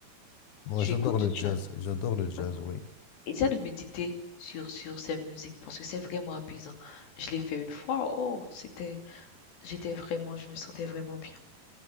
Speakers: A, on the left; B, on the left.
A: Moi,
B: Tu
A: j'adore
B: écoutes du
A: le
B: jazz,
A: jazz. J'adore le jazz,
B: ouais.
A: oui.
B: Essaie de méditer sur sur ces musiques parce que c'est vraiment apaisant. Je l'ai fait une fois, oh, c'était j'étais vraiment, je me sentais vraiment bien.